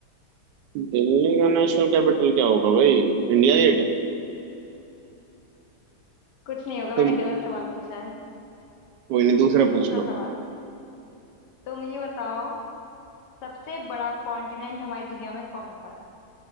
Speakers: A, on the right (about 90°); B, on the left (about 80°).
A: दिल्ली का नेशनल कैपिटल क्या होगा भाई इंडिया गेट
B: कुछ नहीं होगा
A: तुम
B: मैंने गलत सवाल पूछा है
A: कोई नहीं दूसरा
B: दूसरा
A: पूछ लो
B: सवाल तुम ये बताओ सबसे बड़ा कॉन्टिनेंट हमारी दुनिया में कौन सा है